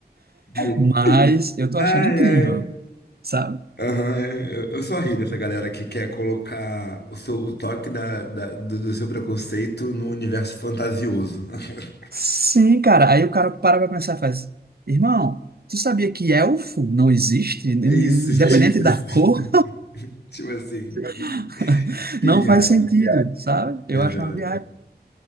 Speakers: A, on the left; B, on the right.
A: Ai,
B: Mas eu tô
A: ai.
B: achando incrível,
A: ai.
B: sabe?
A: Aham, é, eu, eu só ri dessa galera que quer colocar o, seu, o toque da, da- do, do seu preconceito no universo fantasioso. <laughs>
B: Sim, cara. Aí o cara para pra pensar e faz: Irmão, tu sabia que elfo não existe? É Independente
A: É isso, <laughs> tipo
B: da
A: assim.
B: cor,
A: Tipo assim,
B: <laughs>
A: que, que
B: não
A: viagem.
B: faz sentido, sabe? Eu
A: Exato.
B: acho uma viagem.